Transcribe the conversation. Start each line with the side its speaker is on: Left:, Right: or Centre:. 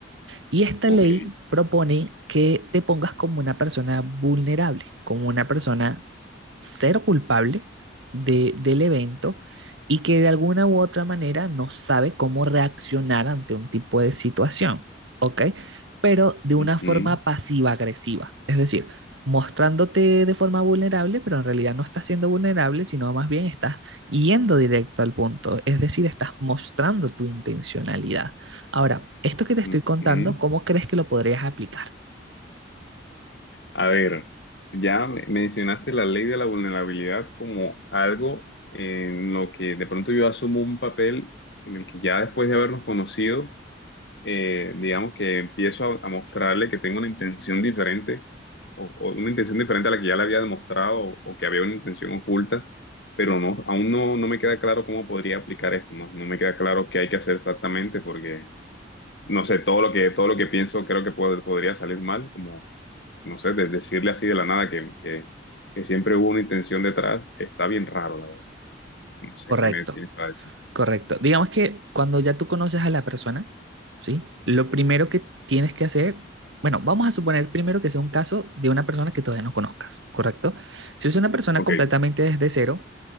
Right: Y esta
Left: Ok.
Right: ley propone que te pongas como una persona vulnerable, como una persona ser culpable de, del evento y que de alguna u otra manera no sabe cómo reaccionar ante un tipo de situación, ¿ok? Pero de una
Left: Ujú,
Right: forma pasiva-agresiva, es decir, mostrándote de forma vulnerable, pero en realidad no estás siendo vulnerable, sino más bien estás yendo directo al punto, es decir, estás mostrando tu intencionalidad. Ahora, esto que te estoy
Left: ujú.
Right: contando, ¿cómo crees que lo podrías aplicar?
Left: A ver, ya me- mencionaste la ley de la vulnerabilidad como algo en lo que de pronto yo asumo un papel en el que ya después de habernos conocido, eh, digamos que empiezo a, a mostrarle que tengo una intención diferente o, o una intención diferente a la que ya le había demostrado o, o que había una intención oculta, pero no, aún no, no me queda claro cómo podría aplicar esto, no, no me queda claro qué hay que hacer exactamente porque, no sé, todo lo que, todo lo que pienso creo que pod- podría salir mal, como, no sé, de decirle así de la nada que, que, que siempre hubo una intención detrás, está bien raro, la verdad. No sé
Right: Correcto.
Left: qué me tienes para decir.
Right: Correcto. Digamos que cuando ya tú conoces a la persona, ¿sí? Lo primero que tienes que hacer, bueno, vamos a suponer primero que sea un caso de una persona que todavía no conozcas, ¿correcto? Si es una persona
Left: Ok,
Right: completamente desde cero,